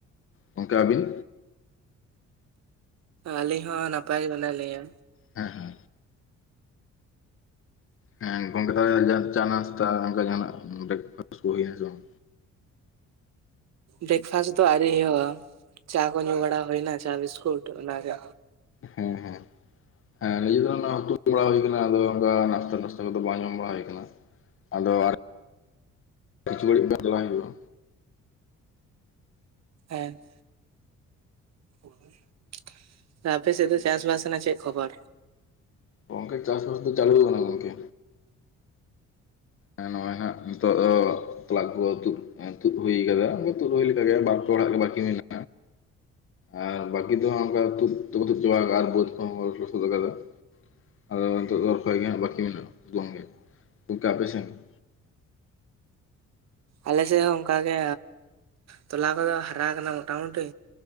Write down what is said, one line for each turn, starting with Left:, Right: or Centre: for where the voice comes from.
Left: ᱜᱚᱝᱠᱮ ᱟᱵᱤᱱ
Right: ᱟᱹᱞᱤᱧ ᱦᱚᱸ ᱱᱟᱯᱟᱭ ᱜᱮ ᱢᱮᱱᱟᱜ ᱞᱤᱭᱟᱹ
Left: ᱦᱮᱸ ᱦᱮᱸ ᱦᱮᱸ ᱜᱚᱝᱠᱮ ᱛᱟᱦᱞᱮ ᱪᱟ ᱱᱟᱥᱛᱟ ᱚᱱᱠᱟ ᱡᱟᱸᱦᱟᱱᱟᱜ ᱵᱨᱮᱠᱯᱷᱟᱥᱴ ᱠᱚ ᱦᱩᱭᱱᱟ ᱥᱮ ᱵᱟᱝ?
Right: ᱵᱨᱮᱠᱯᱷᱟᱥᱴ ᱫᱚ ᱟᱣᱨᱤ ᱦᱩᱭᱩᱜ-ᱟ ᱪᱟ ᱠᱚ ᱧᱩ ᱵᱟᱲᱟ ᱦᱩᱭᱱᱟ ᱪᱟ ᱵᱤᱥᱠᱩᱴ ᱚᱱᱟᱜᱮ
Left: ᱦᱩᱸ ᱦᱩᱸ ᱦᱮᱸ ᱱᱤᱡᱮ ᱠᱚᱨᱮᱱᱟᱜ ᱦᱩᱛᱩᱢ ᱵᱟᱲᱟ ᱦᱩᱭ ᱠᱟᱱᱟ ᱟᱫᱚ ᱚᱱᱠᱟ ᱱᱟᱥᱛᱟ ᱯᱟᱥᱛᱟ ᱠᱩᱫᱚ ᱵᱟᱝ ᱡᱚᱢ ᱵᱟᱲᱟ ᱦᱩᱭ ᱠᱟᱱᱟ, ᱟᱫᱚ ᱟᱨ ᱠᱷᱤᱪᱩᱲᱤᱜ ᱫᱚ ᱟᱡᱚᱣᱟᱭ ᱦᱩᱭᱩᱜ-ᱟ
Right: ᱦᱮᱸ ᱦᱼᱳ-ᱭ ᱾ ᱟᱯᱮᱥᱮᱫ ᱫᱚ ᱪᱟᱥ ᱵᱟᱥ ᱨᱮᱱᱟᱜ ᱪᱮᱫ ᱠᱷᱚᱵᱚᱨ?
Left: ᱜᱚᱝᱠᱮ ᱪᱟᱥᱵᱟᱥ ᱫᱚ ᱪᱟᱞᱩᱣ ᱠᱟᱱᱟ ᱜᱚᱝᱠᱮ ᱱᱚᱜ-ᱚᱭ ᱦᱟᱸᱜ ᱱᱤᱛᱚᱜ ᱫᱚ ᱛᱚᱞᱟ ᱠᱚ ᱠᱚ ᱛᱩᱫ ᱛᱩᱫ ᱦᱩᱭ ᱟᱠᱟᱫᱟ ᱛᱩᱫ ᱦᱩᱭ ᱞᱮᱠᱟᱜᱮ ᱵᱟᱨ ᱯᱮ ᱦᱚᱲᱟᱜ ᱜᱮ ᱵᱟᱠᱤ ᱢᱮᱱᱟᱜ ᱟᱨ ᱵᱟᱠᱤ ᱫᱚ ᱦᱟᱸᱜ ᱚᱝᱠᱟ ᱛᱩᱫ ᱫᱚ ᱛᱩᱫ ᱪᱟᱵᱟ ᱟᱠᱟ ᱟ ᱟᱨ ᱵᱟᱹᱫ ᱠᱚᱦᱚᱸ ᱠᱚ ᱛᱩᱫ ᱟᱠᱟᱫᱟ ᱟᱫᱚ ᱱᱤᱛᱚᱜ ᱫᱚ ᱨᱚᱦᱚᱭ ᱜᱮ ᱦᱟᱸᱜ ᱵᱟᱠᱤ ᱢᱮᱱᱟᱜ-ᱟ ᱡᱳᱱ ᱜᱮ, ᱜᱚᱝᱠᱮ ᱟᱯᱮ ᱥᱮᱱ ᱦᱚᱸ
Right: ᱟᱞᱮ ᱥᱮᱫ ᱦᱚᱸ ᱚᱱᱠᱟᱜᱮ ᱛᱚᱞᱟ ᱠᱚᱫᱚ ᱦᱟᱨᱟ ᱟᱠᱟᱱᱟ ᱢᱩᱴᱟᱢᱩᱴᱤ